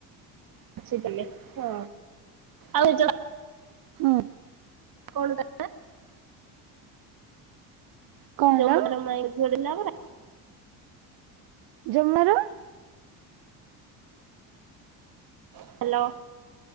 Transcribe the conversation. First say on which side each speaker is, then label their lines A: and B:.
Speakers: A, on the right; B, on the right.
A: ଥିଲେ ହଁ ଆଉ।
B: ହୁଁ।
A: କଣ କାଇଁ?
B: କଣ ହେଲା
A: ଯମୁନା ର ମାଇ ଝଡିଲା ପରା।
B: ଜମାରୁ।
A: ହାଲୋ।